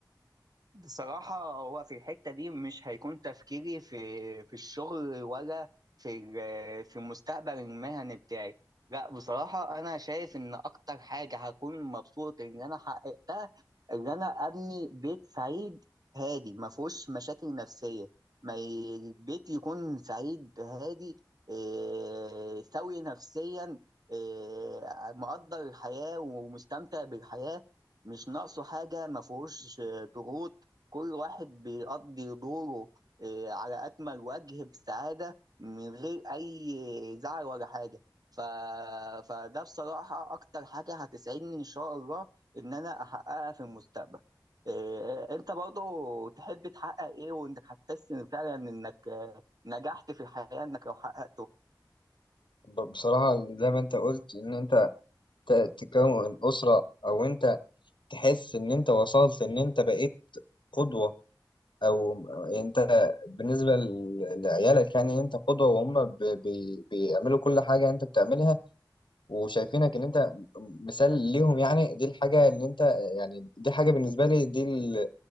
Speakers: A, on the right (about 55°); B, on the left (about 90°).
A: بصراحة هو في الحتة دي مش هيكون تفكيري في في الشغل ولا في ال- في المستقبل المهني بتاعي لا بصراحة أنا شايف إن أكتر حاجة هكون مبسوط إن أنا حققتها إن أنا أبني بيت سعيد هادي ما فيهوش مشاكل نفسية ما ي- البيت يكون سعيد هادي إيه، سوي نفسيا إيه، مقدر الحياة ومستمتع بالحياة مش ناقصه حاجة ما فيهوش ضغوط كل واحد بيقضي دوره آه، على أكمل وجه بسعادة من غير أي زعل ولا حاجة ف... فده بصراحة أكتر حاجة هتسعدني إن شاء الله إن أنا أحققها في المستقبل آه، آه، أنت برضو تحب تحقق إيه وإنك هتحس إن فعلا إنك آه، نجحت في الحياة إنك لو حققته
B: ب- بصراحه زي ما انت قلت ان انت ت- تكون اسره او انت تحس ان انت وصلت ان انت بقيت قدوه او انت بالنسبه ل- لعيالك يعني انت قدوه وهم ب- بي- بيعملوا كل حاجه انت بتعملها وشايفينك ان انت مثال ليهم يعني دي الحاجه اللي انت يعني دي حاجه بالنسبه لي دي ال-